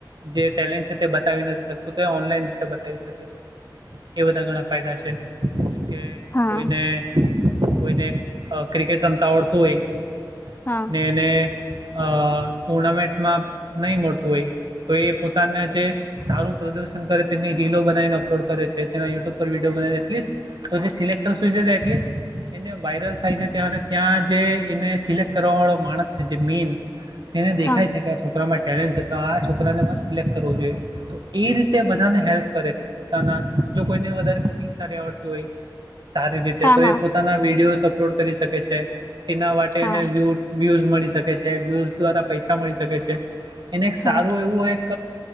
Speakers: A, on the right; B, on the left.
A: જે ટેલેન્ટ છે તે બતાવી નથી શકતું તે ઓનલાઈન રીતે બતાવી શકે છે એ બધા ઘણા ફાયદા છે. કે
B: હા
A: કોઈને કોઈને આ ક્રિકેટ રમ તવરતું હોય.
B: હા
A: ને એને અ ટુર્નામેન્ટમાં નહી મળતું હોય તો એ પોતાના જે સારું પ્રદર્શન કરે તેની રીલો બનાવીને અપલોડ કરે છે, તેના યુટ્યુબ પર વિડીયો બના જે સિલેક્ટ હોય એને વાયરલ થાય છે ત્યાં ત્યાં જે એને સિલેક્ટ કરવા વાળો માણસ છે જે મેન તેને દેખાય
B: હા
A: છે કે છોકરા મા ટેલેન્ટ તો આ છોકરાને મારે સિલેક્ટ કરવું જોઈએ. તો એ રીતે બધાને હેલ્પ કરે છે પોતાના જો કોઈને વધારે કુકિંગ સારી આવડતી હોય સારી રીતે
B: હા
A: તો
B: હા
A: એ પોતાના વિડીયોસ અપલોડ કરી શકે છે. <unintelligible> તેના માટેને
B: હા
A: વ્યુ વ્યુઝ મળી કે છે વ્યુ દ્વારા પૈસા મળી શકે છે. એને એક
B: હા
A: સારું એવું એક